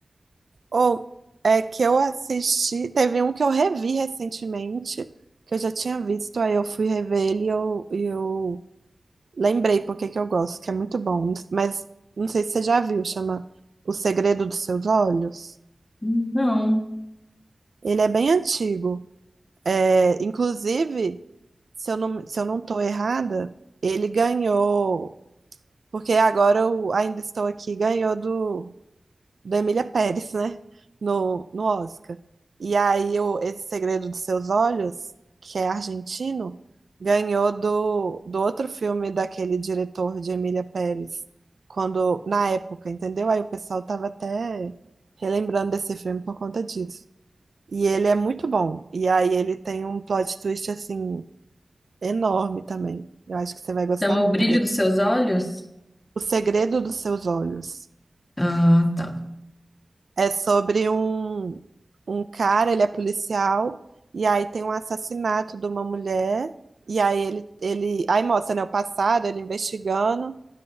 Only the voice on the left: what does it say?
Não.
Chama
O Brilho
dos Seus Olhos?
Ah, tá.